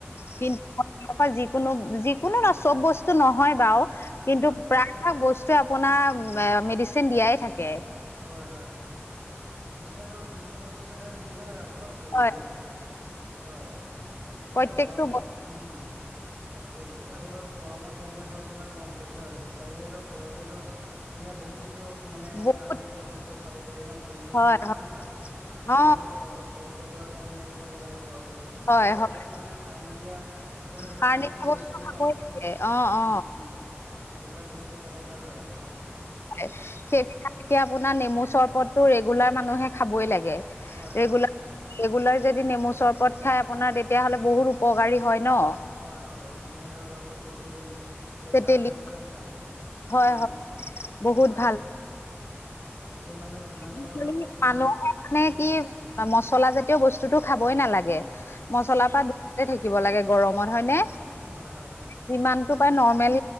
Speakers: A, on the left; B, on the right.
A: কিন্তু। ৰ পৰা যিকোনো যিকোনো ন চব বস্তু নহয় বাৰু, কিন্তু
B: হয়,
A: প্ৰায় প্ৰায় ভাগ বস্তু আপোনাৰ মেডিচিন দিয়াই থাকে
B: হয়, হয়। তেনেকে ধৰক যিকোনো, বস্তু তেনেকে সুবিধা হয় আৰু ঘৰত। পৰিলে
A: হয়
B: হয়, এতিয়া
A: প্ৰত্যেকটো
B: এ গৰমত উম, তাকে এতিয়া ধৰক গৰমত তেনেকে ধৰক কিমান গৰম পৰিছে বিশ ধৰক ঘৰতে ধৰক সে বহুত ধৰক মানে
A: বহুত
B: সাৰ নিদিয়া বস্তু খাব পাৰি ন সেইটো
A: হয়
B: কাৰণে, কিমান
A: হয়
B: ভাল তেনেকে
A: অ
B: ধৰক ক কলপচলা তেনেকে খাব লাগে ঘৰতে
A: হয়
B: ঘৰৰ
A: হয়
B: এবিলাক মানে সাৰ নিদিয়া কোনো প্ৰাকৃতিক
A: সাৰ নিদিয়া
B: বস্তু
A: খাবই
B: ন,
A: লাগে অ
B: উম্
A: অ
B: উম্। সেইবিলাক বস্তু খালে ভাল আৰু হয়।
A: হয় সেই এতিয়া আপোনাৰ নেমু চৰবতটো ৰেগুলাৰ মানুহে খাবই লাগে।
B: হয় হয়
A: ৰেগুলাৰ ৰেগুলাৰ যদি নেমু চৰবত খাই, আপোনাৰ তেতিয়া‌ হ'লে বহুত উপকাৰী হয় ন।
B: হয়, হয় তেনেকে ধৰক আকৌ তেতেলি, প্ৰেচাৰৰ
A: তেতেলী
B: কাৰণে কিমান ভাল।
A: হয়
B: উম।
A: হয় বহুত
B: হয়
A: ভাল।
B: গতিকে মানে যিমান
A: আজিকালি
B: পাৰো ধৰক খু
A: মানুহে মানে
B: উম
A: কি? মছলা জাতীয় বস্তুটো খাবই নালাগে।
B: হয়
A: মছলাৰ পৰা দূৰতে থাকিব লাগে। গৰমত হয়নে?
B: হয় হয় হয়
A: যিমানটো পায় নৰ্মেল